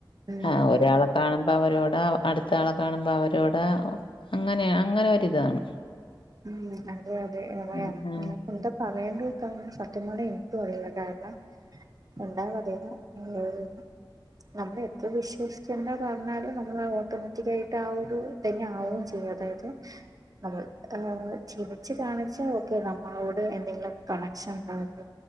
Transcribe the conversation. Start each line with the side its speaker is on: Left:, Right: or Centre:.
Right: ഉം
Left: ആ ഒരാള് കാണുമ്പോ അവരോട് അടുത്ത ആളെ കാണുമ്പോ അവരോട് അങ്ങന അങ്ങന ഒരിതാണ്
Right: ഉം അതെ അതെ ഏറെണ്
Left: ഉം ഉം
Right: എന്താ പറയേണ്ടത്പ്പം സത്യം പറഞ്ഞാ എനിക്ക് അറിയില്ല കാരണം കണ്ടാ പറിയില്ല <unintelligible> നമ്മള് എത്ര വിശ്വസിക്കേണ്ട പറഞ്ഞാലും നമ്മള് ഓട്ടോമാറ്റക് ആയിട്ട് ആ ഒരു തന്നെ ആവും ചെയ്യും അതായത് നമ്മള് ആഹ് ചിരിച്ച് കാണിച്ചാ ഓക്കെ നമ്മളോട് എന്തെങ്കിലും കണക്ഷൻ ഇണ്ടാവോ